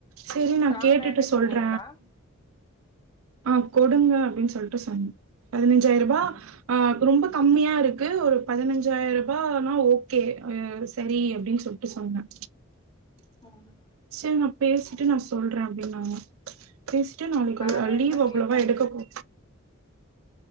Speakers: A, on the right (about 80°); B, on the left (about 20°).
A: செரி நா
B: தாங்கன்னு
A: கேட்டுட்டு சொல்ற
B: சொன்னீங்களா
A: ஆ கொடுங்க அப்டின்னு சொல்ட்டு சொன்ன பதினஞ்சாயிர ரூபா
B: ஆ
A: ஆ ரொம்ப கம்மியா இருக்கு ஒரு பதினஞ்சாயிர ரூபானா ஓகே செரி அப்டின்னு சொல் சொன்ன
B: ம்
A: செரி நா ‌ பேசிட்டு நா சொல்ற அப்டின்னாங்க பேசிட்டு நாளைக்குள்ள
B: வேற என்ன
A: லீவ் அவ்ளோவா
B: கேட்டாங்க
A: எடுக்க கூ